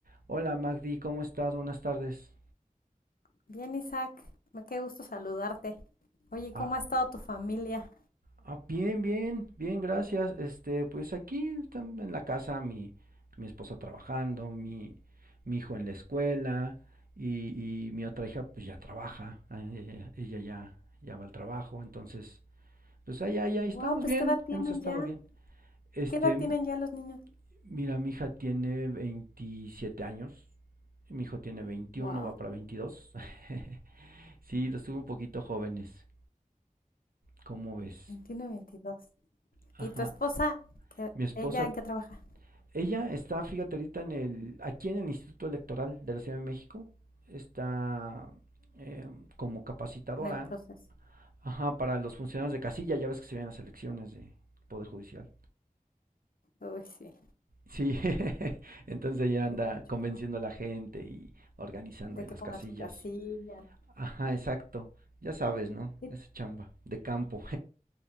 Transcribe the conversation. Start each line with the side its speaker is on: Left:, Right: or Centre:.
Right: Hola Magdi, ¿cómo estás? Buenas tardes.
Left: Bien, Isaac, me qué gusto saludarte. Oye, ¿cómo
Right: Ah,
Left: ha estado tu familia?
Right: ah, bien, bien, bien, gracias. Este, pues aquí están en la casa mi, mi esposa trabajando, mi, mi hijo en la escuela y, y mi otra hija pues ya trabaja, ah, ella, ella ya, ya va al trabajo, entonces pues ahí, ahí, ahí estamos
Left: Wow, pues
Right: bien,
Left: ¿qué edad tienen
Right: hemos estado
Left: ya?
Right: bien. Este,
Left: ¿Qué edad
Right: m-
Left: tienen ya los niños?
Right: mira, mi hija tiene 27 años, mi hijo tiene veintiuno,
Left: Wow,
Right: va para 22. <laughs> Sí, los tuve un poquito jóvenes. ¿Cómo ves?
Left: veintiuno, y 22.
Right: Ajá.
Left: ¿Y tu esposa? ¿Qué-
Right: Mi esposa,
Left: ¿Ella en qué trabaja?
Right: ella está, fíjate, ahorita en el, aquí en el Instituto Electoral de la Ciudad de México, está eh, como capacitadora,
Left: En el proceso.
Right: ajá, para los funcionarios de casilla, ya ves que se ven las elecciones de Poder Judicial.
Left: Uy, sí,
Right: Sí, <laughs> entonces ella anda
Left: es mucho
Right: convenciendo
Left: trabajo.
Right: a la gente y organizando
Left: De
Right: ahí las
Left: que pongan
Right: casillas.
Left: su casilla.
Right: Ajá, exacto. Ya sabes, ¿no?
Left: ¿Y,
Right: Es chamba de campo.